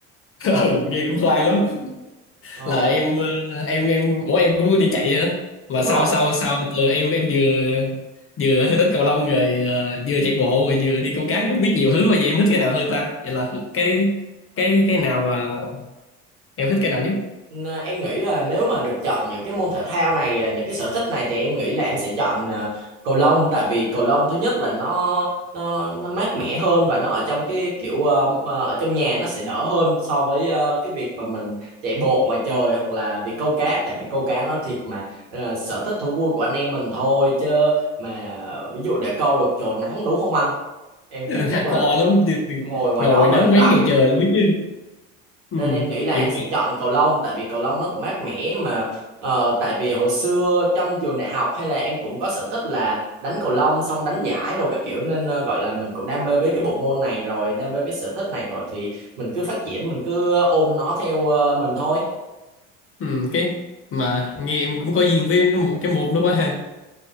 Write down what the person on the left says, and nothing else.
<laughs> ừ, nghe cũng khoai lắm
là em ờ, em em ủa em cũng có đi chạy nữa mà
sau
sau sau từ em em vừa vừa hơi thích cầu lông rồi ờ, vừa chạy bộ rồi vừa đi câu cá cũng biết nhiều thứ mà vậy em thích cái nào hơn ta vậy là cái cái cái nào mà em thích cái nào nhất
<laughs> hardcore
lắm
ngồi
ngoài
nắng mấy
ngày trời luôn biết chứ ừ
dù
ừ cái mà nghe em cũng có duyên với một cái môn đó quá ha